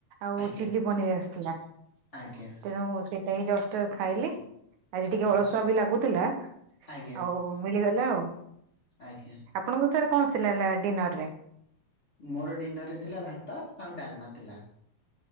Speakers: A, on the right (about 80°); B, on the left (about 35°).
A: ଆଉ
B: ଆଜ୍ଞା
A: ଚିଲି ପନିର୍ ଆସିଥିଲା।
B: ଆଜ୍ଞା।
A: ତେଣୁ ସେଟା ଏଇ ଜଷ୍ଟ୍ ଖାଇଲି, ଆଜି ଟିକେ
B: ଆଚ୍ଛା
A: ଅଳସୁଆ ବି ଲାଗୁଥିଲା।
B: ଆଜ୍ଞା
A: ଆଉ ମିଲିଗଲା ଆଉ।
B: ଆଜ୍ଞା।
A: ଆପଣଙ୍କୁ ସାର୍ କଣ ଥିଲା ଏଲା ଡିନର୍ ରେ?
B: ମୋର ଡିନର୍ ରେ ଥିଲା ଭାତ ଆଉ ଡାଲମା ଥିଲା।